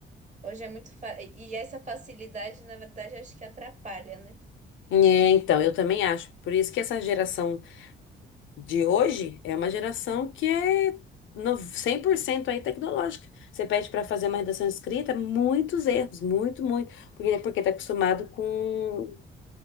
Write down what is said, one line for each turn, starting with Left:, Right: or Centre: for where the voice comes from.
Right: hoje é muito fácil. E essa facilidade, na verdade, acho que atrapalha, né?
Left: É, então, eu também acho. Por isso que essa geração de hoje é uma geração que é no- 100% aí tecnológica. Você pede para fazer uma redação escrita, muitos erros, muito, muito, porque porque está acostumado com